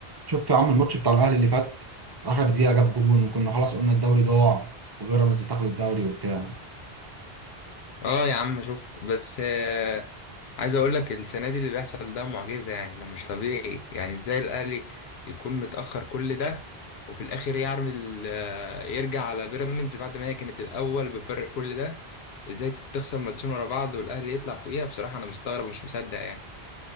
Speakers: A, on the right (about 30°); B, on the left (about 80°).
A: شفت يا عم الماتش بتاع الاهلي اللي فات اخر دقيقه جاب جون وكنا خلاص قلنا الدوري ضاع وبيراميدز تاخد الدوري وبتاع
B: اه يا عم شفت بس آه، عايز اقول لك السنه دي اللي بيحصل ده معجزه يعني ده مش طبيعي يعني ازاي الاهلي يكون متاخر كل ده وفي الاخر يعمل آه، يرجع على بيراميدز بعد ما هي كانت الاول بفرق كل ده ازاي تخسر ماتشين ورا بعض والاهلي يطلع فوقيها بصراحه انا مستغرب ومش مصدق يعني